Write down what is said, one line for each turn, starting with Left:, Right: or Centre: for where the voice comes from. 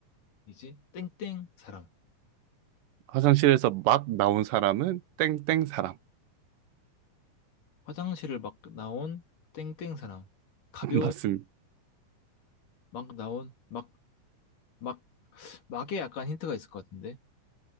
Left: 이제 땡땡 사람.
Right: 화장실에서 막 나온 사람은 땡땡 사람.
Left: 화장실을 막 나온 땡땡 사람. 가벼운
Right: <laughs> 맞습니다.
Left: 막 나온 막, 막, 막에 약간 힌트가 있을 것 같은데.